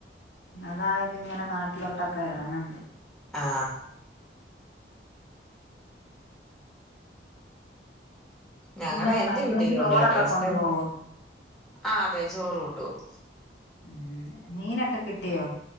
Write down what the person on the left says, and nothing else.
അതാ ഇതി ഇങ്ങനെ നാട്ടിലോട്ടൊക്കെ ഇറങ്ങന്ന്
പിന്നെ
ഹസ്ബൻഡ്
ചോറൊക്കെ
കൊണ്ടുപോവോ
ഉം മീനൊക്കെ കിട്ടിയോ?